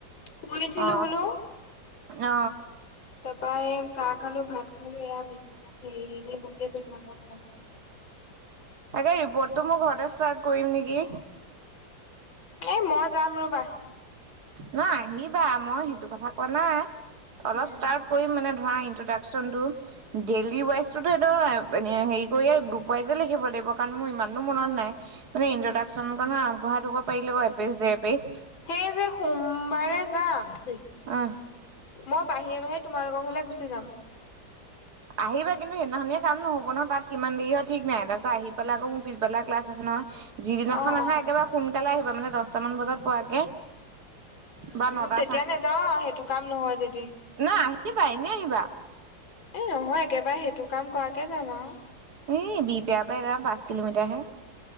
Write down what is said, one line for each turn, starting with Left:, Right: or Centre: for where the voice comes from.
Left: শুই উঠিলো
Right: অ
Left: বোলো
Right: অ
Left: তাৰপৰা এ চাহ খালো, ভাত খালো, এয়া বিচনাত হেৰি এনেই বহি আছো তোমাৰ লগত কথা পাতি আছো। <unintelligible>
Right: তাকে ৰিপৰ্টটো মই ঘৰতে ষ্টাৰ্ট কৰিম নেকি।
Left: এই মই যাম ৰ'বা।
Right: ন আহিবা মই সেইটো কথা কোৱা নাই। অলপ
Left: উম
Right: ষ্টাৰ্ট কৰিম মানে ধৰা ইন্ট্ৰডাকচনটো। ডেইলি ৱাইজোতো এ হেৰি কৰি গ্ৰুপ ৱাইজে লিখিব লাগিব কাৰণ মোৰ ইমানো মনত নাই মানে ইণ্ট্ৰডাকশ্যন
Left: উম
Right: আগবঢ়াই দিব পাৰিলে এক পেজ ডেৰ পেজ
Left: সেই যে সোমবাৰে যাম
Right: অঁ
Left: মই বাহিৰে বাহিৰে তোমালোকৰ ঘৰলে গুচি যাম
Right: আহিবা কিন্তু সেইদিনা খনয়ে কাম নহ'ব ন তাত কিমান দেৰি হয় ঠিক নাই তাৰপিছত আহি পেলাই আকৌ মোৰ পিছবেলা ক্লাছ আছে নহয় যিদিনাখন
Left: অ অ
Right: আহা
Left: অ
Right: একেবাৰে সোনকালে আহিবা মানে দহ দহটামান বজাত পোৱাকে বা
Left: উম
Right: নটা
Left: তেতিয়া নেযাও আৰু সেইটো কাম নহয় যদি
Right: না আহিবা এনেই আহিবা
Left: এ নহয় একেবাৰে সেইটো কাম কৰাকে যাম আৰু
Right: এই বি বেয়া পাই কাৰণ পাঁচ কিলোমিটাৰহে